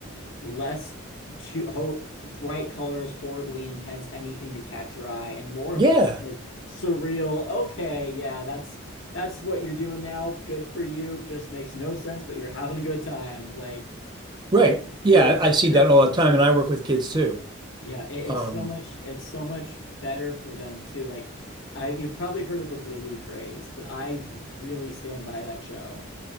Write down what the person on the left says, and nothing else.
less too ho bright colors, horribly intense, anything to catch your eye, and more of
the like surreal, okay, yeah, that's that's what you're doing now. Good for you. This makes no sense, but you're having a good time. Like
it- It's
better
for
them
too.
Yeah, it, it's
so much it's so much better for them too. Like I you've probably heard of the Bluey craze, but I really stand by that show.